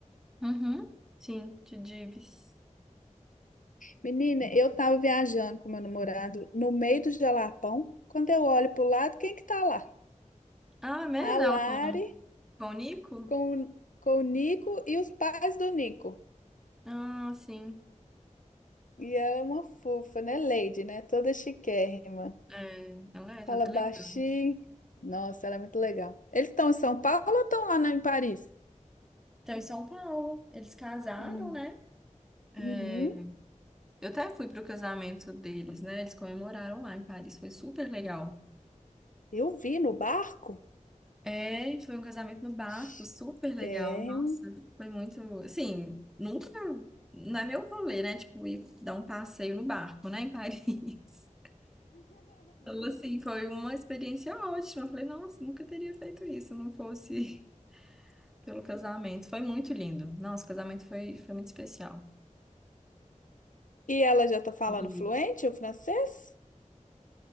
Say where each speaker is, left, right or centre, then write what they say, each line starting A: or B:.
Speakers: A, in the centre; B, on the left.
A: Uhum, sim, de Dives.
B: Menina, eu tava viajando com meu namorado no meio do Jalapão. Quando eu olho pro lado, quem que tá lá?
A: Ah, é mesmo
B: A Lari
A: ela com, com o Nico?
B: com, o- com o Nico e os pais do Nico.
A: Ah, sim.
B: E ela é uma fofa, né? Lady, né? Toda chiquérrima.
A: É, ela é
B: Fala
A: toda elegante.
B: baixinho. Nossa, ela é muito legal. Eles estão em São Paulo ou estão lá na- em Paris?
A: Então, em São Paulo, eles casaram,
B: Hum,
A: né? É,
B: uhum.
A: eu até fui pro casamento deles, né? Eles comemoraram lá em Paris, foi super legal.
B: Eu vi no barco.
A: É, e foi um casamento no barco,
B: Chiquérrima.
A: super legal. Nossa, foi muito, assim, nunca, não é meu rolê, né? Tipo, ir dar um passeio no barco, né, em Paris. Então, assim, foi uma experiência ótima. Eu falei, nossa, nunca teria feito isso se não fosse <laughs> pelo casamento. Foi muito lindo. Nossa, o casamento foi, foi muito especial.
B: E ela já tá falando
A: E,
B: fluente o francês?